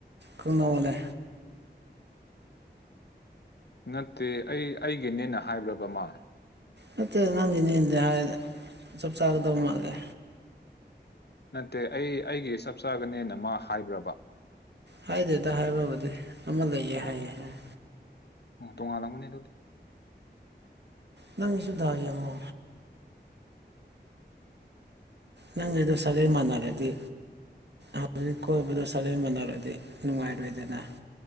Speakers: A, on the right; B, on the left.
A: ꯀꯕꯂꯦ
B: ꯅꯠꯇꯦ ꯑꯩ ꯑꯩꯒꯤꯅꯦꯅ ꯍꯥꯏꯕ꯭ꯔꯕꯃ
A: ꯅꯠꯇꯦ ꯅꯪꯒꯤ ꯅꯗꯦ ꯍꯥꯏ ꯆꯞ ꯆꯥꯒꯗꯧ ꯃꯥꯜꯂꯦ
B: ꯅꯠꯇꯦ ꯑꯩ ꯑꯩꯒꯤ ꯆꯞ ꯆꯥꯒꯅꯦꯅ ꯃꯥ ꯍꯥꯏꯕ꯭ꯔꯕ
A: ꯍꯥꯏꯗꯦꯗ ꯍꯥꯏꯕꯕꯨꯗꯤ ꯑꯃ ꯂꯩꯌꯦ
B: ꯑꯣ
A: ꯍꯥꯏꯌꯦ ꯍꯥꯏ
B: ꯑꯣ ꯇꯣꯡꯉꯥꯜꯂꯥꯡꯒꯅꯤ ꯅ ꯑꯗꯨꯧꯗꯤ
A: ꯅꯪꯒꯤꯁꯨ ꯗꯥꯎ ꯌꯦꯡꯉꯣ ꯅꯪ ꯑꯗꯨꯗ ꯁꯒꯩ ꯃꯥꯟꯅꯔꯗꯤ ꯍꯧꯖꯤꯛ ꯀꯣꯏꯕꯗ ꯁꯒꯩ ꯃꯅꯥꯜꯗꯤ ꯅꯨꯡꯉꯥꯏꯔꯣꯏꯗꯅ